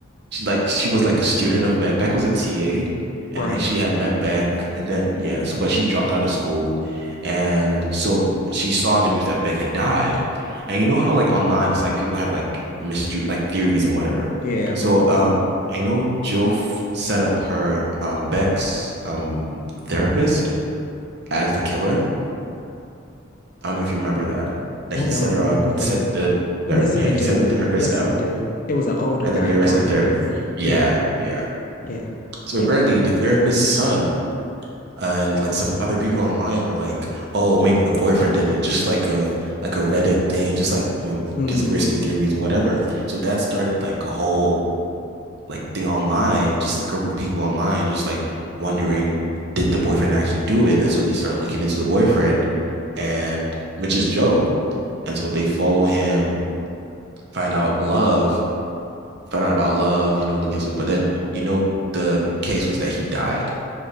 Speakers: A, on the right; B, on the left.
A: she like she was like a student of Beck. Beck was a TA and
B: Right.
A: like she had met Beck and then yeah, so but she dropped out of school and so she saw in the news that Beck had died. And you know how like online it's like people have like mystery like theories and whatever.
B: Yeah.
A: So
B: hmm
A: um I know Joe f- set up her um Beck's um therapist as the killer. I don't know if you remember that. That
B: I
A: he
B: don't
A: set her
B: remember
A: up,
B: that.
A: set the,
B: Yes,
A: ther- yeah,
B: I
A: he
B: do.
A: set the therapist
B: Yes,
A: up,
B: I do. It was an older
A: and
B: guy,
A: then they arrested
B: dark
A: the therapist.
B: hair.
A: Yeah,
B: Yeah.
A: yeah.
B: Yeah.
A: So
B: Yeah.
A: apparently, the therapist's son and like some other people online were like, "Oh, maybe the boyfriend did it," just like a like a Reddit thing, just like you know
B: hmm
A: conspiracy theories or whatever. So that started like a whole like thing online, just a group of people online, just like wondering, did the boyfriend actually do it? And so they start looking into the boyfriend, and which is Joe. And so they follow him, find out love, find out about love, you know, looking so but then you know the case was that he died.